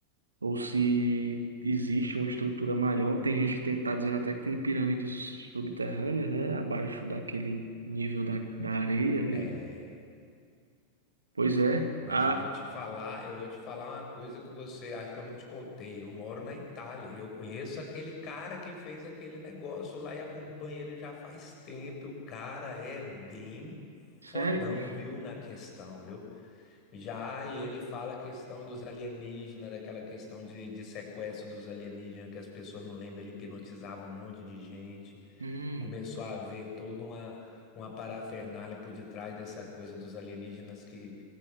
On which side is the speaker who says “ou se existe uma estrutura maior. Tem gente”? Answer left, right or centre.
Right